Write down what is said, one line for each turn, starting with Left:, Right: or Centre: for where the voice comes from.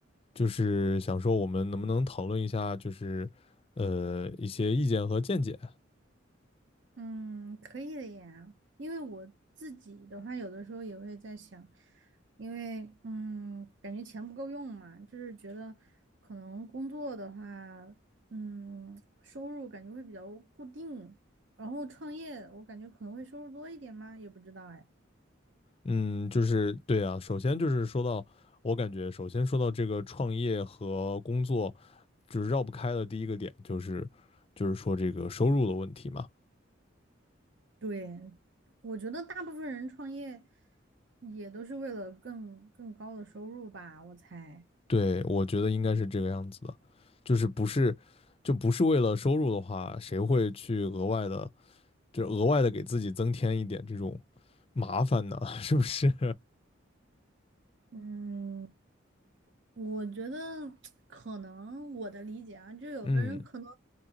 Left: 就是想说我们能不能讨论一下，就是呃一些意见和见解。
Right: 嗯，可以的呀。因为我自己的话，有的时候也会在想，因为嗯，感觉钱不够用嘛，就是觉得可能工作的话，嗯，收入感觉会比较固定，然后创业我感觉可能会收入多一点嘛，也不知道哎。
Left: 嗯，就是对啊，首先就是说到，我感觉首先说到这个创业和工作，就是绕不开的第一个点就是就是说这个收入的问题嘛。
Right: 对，我觉得大部分人创业也都是为了更更高的收入吧，我猜。
Left: 对，我觉得应该是这个样子的，就是不是，就不是为了收入的话，谁会去额外的，就额外的给自己增添一点这种麻烦呢？<laughs> 是不是？
Right: 嗯，我觉得 <tsk> 可能我的理解啊，就有的人可能
Left: 嗯